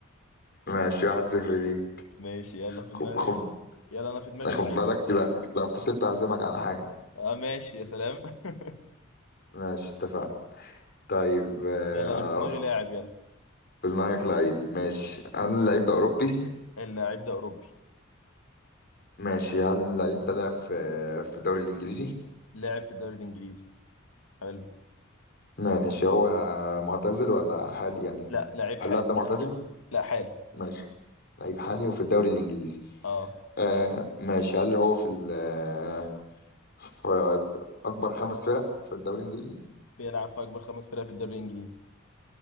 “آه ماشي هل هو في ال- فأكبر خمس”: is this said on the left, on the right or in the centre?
Left